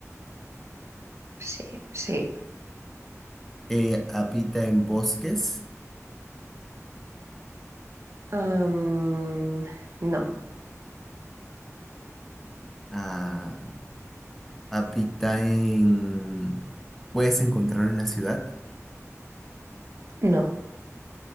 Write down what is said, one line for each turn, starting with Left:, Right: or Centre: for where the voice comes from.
Right: sí, sí.
Centre: eh, habita en bosques.
Right: Am, no,
Centre: ah, habita en... Puedes encontrarlo en la ciudad.
Right: no.